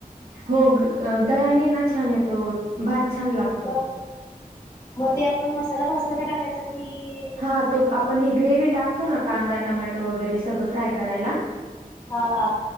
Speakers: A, on the right (about 55°); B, on the left (about 25°).
A: हो दयानी छ य. तो भात छान लागतो.
B: हो का? मग ते आपण मसाला भजताना टाकायचा कि.
A: हा तो आपण हे ग्रेव् टाकतो ना कांदा टमॅटो वगैरे सगळं फ्राय करायला.
B: हा हा.